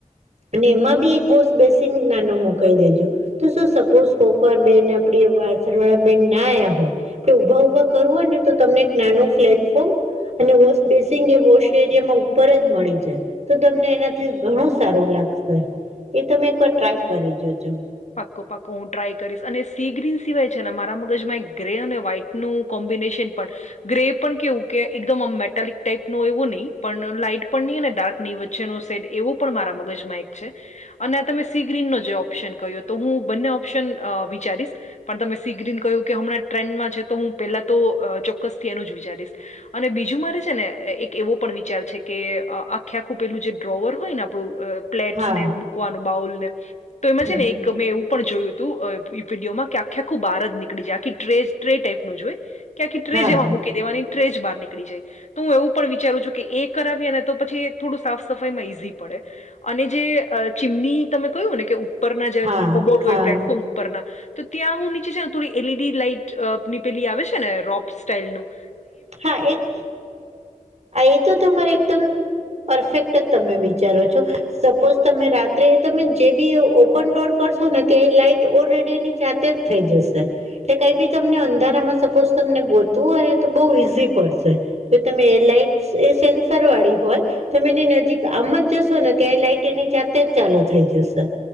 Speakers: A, on the right; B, on the left.
A: અને એમાં બી એક વોસ બેસંગ નાનું મુકાઈ દેજો તો શ સપોઝ કો બેન આપડી વાસણ વાળા બેન ના આવ્યા હોય આપ ઉભા ઉઊભા કરવું હોય ને તો તમને એક નાનું પ્લેટફોર્મ અને વોશ બેસિંગ એ વોશ એરિયામાં ઉપર જ મળી જાય તો તમને એનાથી ઘણું સારું લાગશે એ તમે એકવાર ટ્રાય કરી જાજો
B: પાક્કો પાક્કો હું ટ્રાય કરીશ અને સી ગ્રીન સિવાય છે ને મારા મગજમાં એક ગ્રે અને વ્હાઈટ નું કોમ્બિનેશન પણ ગ્રે પણ કેવું કે એકદમ મેટાિક ટાાઈપ ન એવો નહીં પણ લાાઈટ પણ નહીં ને ડાર્ક ની વચ્ચેનો સેટ એવું પણ મારા મગજમાં એક છે અને આ તમે સી ગ્રીનનો જે ઓપ્શન કહ્યો તો હું બંને ઓપ્શન વિચારીશ પણ તમે સી ગ્રીન કહ્યું કે હમણાં ટ્રેન્ડમાં છે તો હું પેલા તો ચોક્કસથી એનું જ વિચારીશ અને બીજું મારે છે ને એક એવો પણ વિચાર છે કે આખે આખું પેલું જે ડ્રોવર હોય ને આપણું પ્લેટ્સને
A: હા
B: મૂકવાનું બાઉલ ને તો એમાં
A: હા
B: છે ને એક મેં એવું પણ જોયું હતું વિડીયોમાં કે આખ આખું બહાર જ નીકળી જાય આખી ટ્રે ટ્રે ટાઈપ નું જોય ક્યાંકી ટ્રેજ
A: હા
B: એવા મૂકી દેવાની ટ્રે જ બહાર નીકળી જાય તો હું એવું પણ વિચારું છું કે એ કરાવીએ ને તો પછી થોડું સાફ સફાઈમાં ઈઝી પડે અને જે ચીમની તમે કહ્યું ને કે ઉપરના જે
A: હા
B: કબોટ
A: હા
B: હોય પ્લેટફોર્મ ઉપરના તો ત્યાં હું નીચે છે ને થોડી એલઈડી લાાઈટ નીપેલી આવે છે ને રોપ્સ સ્ટાઈલનુંું
A: હા એક એ તો તમારે એકદમ પરફેક્ટ તમે વિચારો છો સપોઝ તમે રાત્રે તમે જે બી ઓપન ડોર કરશો ને તે લાઈટ ઓર રેડયની જાતે થઈ જશે એટલે કઈ બી તમને અંધારામાં સપોઝ તમને ગોતું હોયને તો બ પડશે જો તમે એ લઇટ એ સેન્સર વાળી હોય તમે એની નજીક આમ જ જશો ને ત્યાં લાઈટ એની જાતે જ ચાલુ થઈ જશે